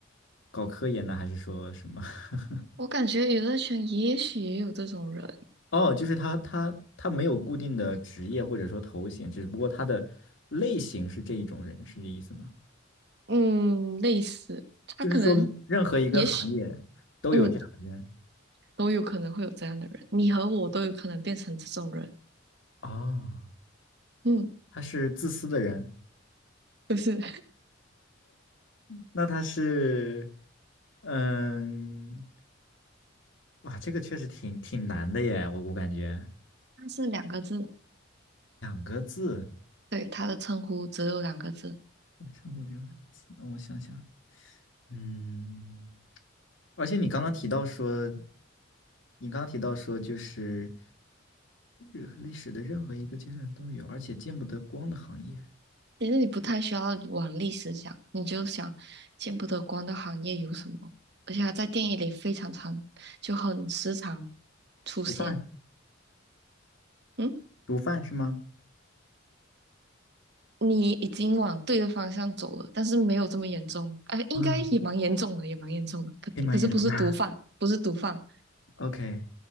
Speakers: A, on the left; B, on the right.
A: 搞科研的，还是说什么？<laughs>
B: 我感觉娱乐圈也许也有这种人，
A: 哦，就是他他他没有固定的职业或者说头衔，只不过他的类型是这一种人，是这意思吗？
B: 嗯，类似，他可能，
A: 就是说任何一个行业都有这样的人
B: 也许，嗯，都有可能会有这样的人，你和我都有可能变成这种人。
A: 哦，
B: 嗯，
A: 他是自私的人，
B: 就是
A: 那他是，嗯，哇，这个确实挺挺难的耶，我我感觉
B: <laughs>，他是两个字，
A: 两个字，
B: 对，他的称呼只有两个字。
A: 我称呼只有两个字，我想想，嗯，而且你刚刚提到说，你刚刚提到说就是任历史的任何一个阶段都有，而且见不得光的行业，
B: 其实你不太需要往历史想，你就想见不得光的行业有什么，而且它在电影里非常常，就很时常出现。
A: 毒贩，
B: 嗯，
A: 毒贩是吗？
B: 你已经往对的方向走了，但是没有这么严重，啊、应该也蛮严重的，
A: 啊，
B: 也蛮严重的。可可是不是毒贩，
A: 黑马演唱吧
B: 不是毒贩，
A: OK，